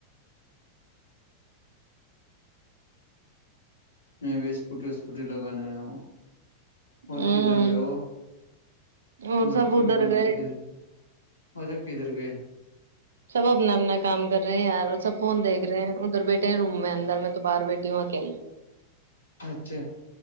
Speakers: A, on the left (about 75°); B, on the right (about 65°).
A: میں بھی اسکوٹی و اسکوٹی لگانے آ ہوں اور
B: ہوں
A: کدھر گئے وہ
B: اور
A: نٹکٹ
B: سب ادھر
A: بندر
B: گئے
A: کدھر ہوز کدھر گئے
B: سب اپنا اپنا کام کر رہے ہیں یار سب فون دیکھ رہے ہیں ادھر بیھے ہیں روم میں اندر میں تو باہر بیٹھی ہوں اکیلے
A: اچھا